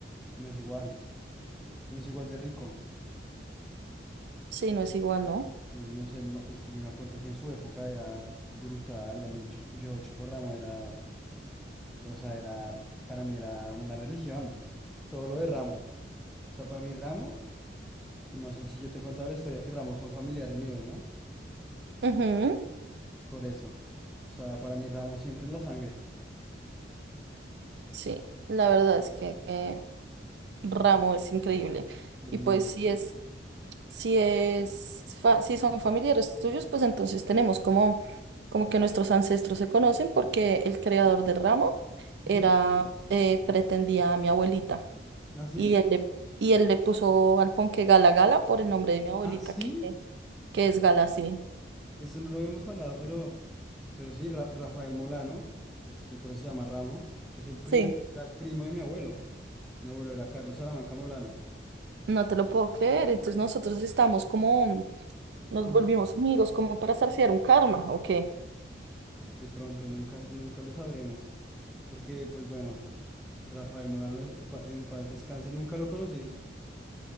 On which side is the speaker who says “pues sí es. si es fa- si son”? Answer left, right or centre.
Right